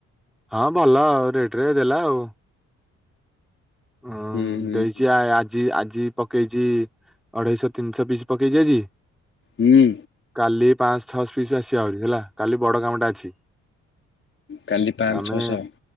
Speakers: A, in the centre; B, on the left (about 40°).
A: ହଁ ଭଲ ରେଟ ରେ ଦେଲା ଆଉ। ଉଁ
B: ହୁଁ ହୁଁ
A: ଦେଇଛି
B: ହୁଁ।
A: ଆ- ଆଜି ଆଜି ପକେଇଛି ଅଢେଇଶହ ତିନିଶହ ପିସ ପକେଇଛି ଆଜି
B: ହୁଁ
A: କାଲି ପାଅଁସ ଛଅଶ ପିସ ଆସିବା ଆହୁରି ହେଲା କାଲି ବଡ କାମଟା ଅଛି।
B: କାଲି ପାଞ୍ଚ
A: ଆମେ
B: ଛଅଶହ।